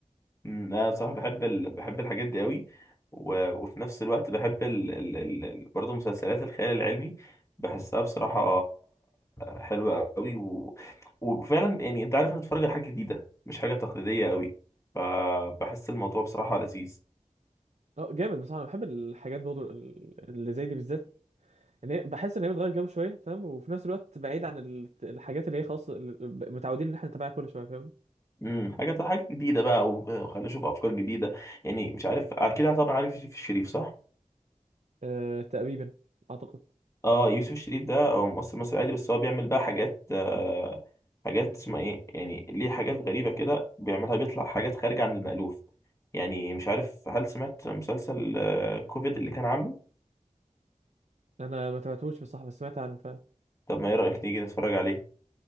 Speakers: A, on the left (about 20°); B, on the right (about 60°).
A: أمم، انا بصراحه بحب ال... بحب الحاجات دي قوي و... وفي نفس الوقت بحب ال... ال... ال... ال- برضه مسلسلات الخيال العلمي بحسها بصراحه حلوه قوي و... وفعلا يعني انت عارف انك بتتفرج على حاجه جديده مش حاجه تقليديه قوي فبحس الموضوع بصراحه لذيذ
B: اه جامد بصراحه انا بحب الحاجات برضه ال- اللي زي دي بالذات ان هي بحس ان هي بتغير جو شويه فاهم وفي نفس الوقت بعيد عن ال- الحاجات اللي هي خلاص ال- متعودين ان احنا نتابعها كل شويه فاهمني
A: امم حاجه حاجه جديده بقى و- وخلينا اشوف افكار جديده يعني مش عارف اكيد طبعا عارف يوسف الشريف صح
B: أه تقريبا اعتقد
A: اه يوسف الشريف ده هو ممثل مصري عادي بس هو بيعمل بقى حاجات آه حاجات اسمها ايه يعني ليه حاجات غريبة كده بيعملها بيطلع حاجات خارجة عن المألوف يعني مش عارف هل سمعت مسلسل آه كوفيد اللي كان عامله
B: انا ما تابعتهوش بصراحه بس سمعت عنه فاهم
A: طب ما ايه رأيك نيجي نتفرج عليه